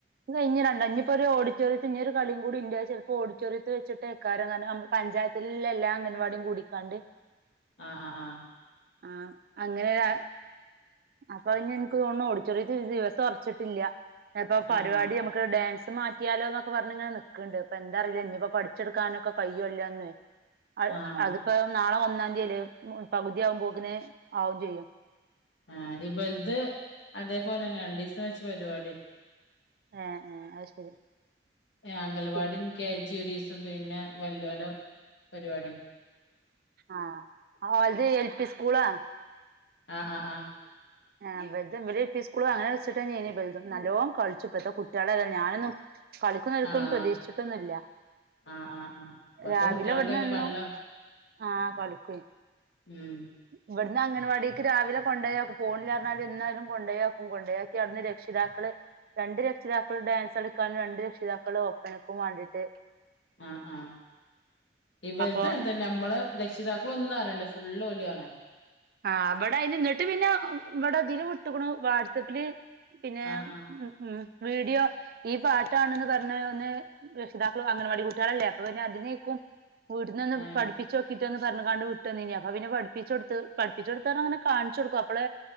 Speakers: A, on the right; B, on the left.
A: ഇത് കിഞ്ഞരണ്ട് ഇഞ്ഞിപൊരു ഓഡിറ്റോറിയത്ത് ഞ് ഒരു കളിയും കൂടിണ്ട് അത് ചെലപ്പോ ഓഡിറ്റോറിത്തി വച്ചിട്ടയ്കാരം കാര്നാ മ്മ പഞ്ചായത്തിലുള്ള എല്ലാ അംഗൻവാടിം കൂടിക്കാണ്ട്
B: ആ ആ ആ
A: ആ അങ്ങനെ രാ അപ്പൊ അതിനിക്ക് തോന്നു ഓഡിറ്റോറിയത്തി ദിവസം ഒറച്ചിട്ടില്യ അപ്പൊ പരിവാടി
B: ആഹ് ആഹ്
A: അമ്മക്ക് ഡാൻസ് മാറ്റിയാലോ എന്നൊക്കെ പറഞ്ഞഞ് ഇങ്ങനെ നിൽക്ക്ണ്ട് ഇപ്പ എന്താറില്ല ഇനിയിപ്പോ പഠിച്ചെടുക്കാനൊക്കെ കഴിയ്യല്ലോന്ന് അ
B: ആഹ്
A: അതിപ്പോ നാളെ ഒന്ന <unintelligible> ദ്യവുമ്പോക്കനെ ആവു ചെയ്യും
B: ആ ഇ ഇത് അതേപോലെ രണ്ടിസം വെച്ച് പരിവാടി
A: ആഹ ആഹ അത് ശരി
B: ഏ അംഗൽവാടി
A: പിന്നെ
B: യും കെജിയയൊരുസി പിന്നെവല്ല്യേല പരിപാടി
A: ആഹ അത് എൽ പി സ്കൂളാ
B: ആഹ ആ ആഹ
A: ആ ബ്‌ര‌തും ഇവിര് എൽ പി സ്കൂള അങ്ങനെ വെച്ചിട്ട് ഇനി ബ്ര്തും നല്ലോ കളിച്ചപ്പഴത്തെ കുികളെല്ല ഞാനൊന്നും <inaudible> കളിക്കുന്നടുക്കും
B: ആഹ്
A: പ്രതീക്ഷിച്ചിട്ടൊന്നുല്ല
B: ആഹ് ആഹ് ആഹ് ഇപ്പത്തെ
A: രാവിലെ
B: കുട്ടികൾക്ക്
A: എവിടന്ന്
B: അയിന്
A: എന്നും
B: നല്ല
A: ആഹ കളിക്കെയ്ൻ
B: ഉം
A: ഇവിടുന്ന് അംഗൻവാടിക്ക് രാവിലെ കൊണ്ടപോയാക്കും പേണി ലാന്ന് പറഞ്ഞാലും എന്നാലും കൊണ്ടോയാക്കും കൊണ്ടോയാക്കി അന്ന് രക്ഷിതാക്കള് രണ്ട് രക്ഷിതാക്കൾ ഡാൻസ് കളിക്കാനും രണ്ട് രക്ഷിതാക്കള് ഒപ്പനക്കും വേണ്ടിയിട്ട്
B: ആ ആഹ ഇവരത്
A: അപ്പൊ
B: തന്ന നമ്മള് രക്ഷിതാക്കള ഒന്നും അറിയണ്ടേ ഫുൾ ഓല് ആണ്.
A: ആഹ് അവിടെ അതി നിന്നിട്ട് പിന്നെ ഇവിടെ അതിന് വിട്ടക്കണ വാട്സആപ്പില് പിന്നെ
B: ആഹ്
A: ഉം
B: ആഹ്
A: ഉം വീഡിയോ ഈ പാട്ടാണെന്ന് പറഞ്ഞ ഒന്ന് രക്ഷിതാക്കളും അംഗൻവാടി കുട്ടികളല്ലേ അപ്പൊ പിന്നെ അതിനേക്കും വീട്ടു നിന്ന്
B: ഏഹ്
A: പഠിപ്പിച്ച് നോക്കിയിട്ടന്ന് <unintelligible> അപ്പൊ പിന്നെ പഠിപ്പിച്ച് കൊടുത്ത് പഠിപ്പിച്ച് കൊടുത്താര അങ്ങനെ കാണിച്ച് കൊടുക്കും അപ്പോള